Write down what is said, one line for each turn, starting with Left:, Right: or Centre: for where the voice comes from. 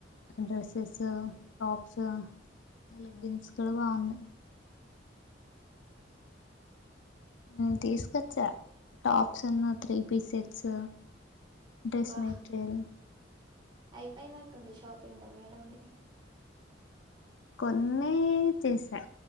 Left: డ్రెస్సెస్ టాప్స్ లెగ్గిన్స్ కూడా బాగున్నాయి నిను తీసుకొచ్చా టాప్స్ ఉన్ను త్రీ పీసెట్స్ డ్రెస్
Right: వా
Left: మెటరియల్
Right: అయిపోయినట్టుంది షాపింగ్ మేడంది
Left: కొన్నే చేసా